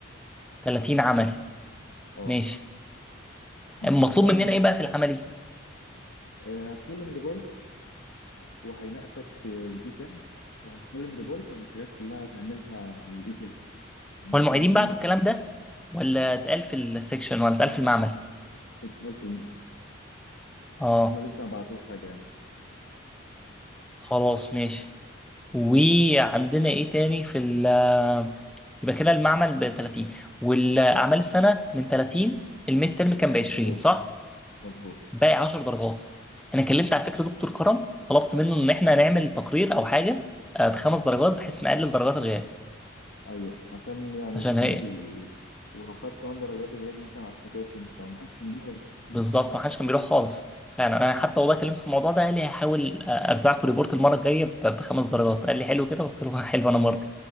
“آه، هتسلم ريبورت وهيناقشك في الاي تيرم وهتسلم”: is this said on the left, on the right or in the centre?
Left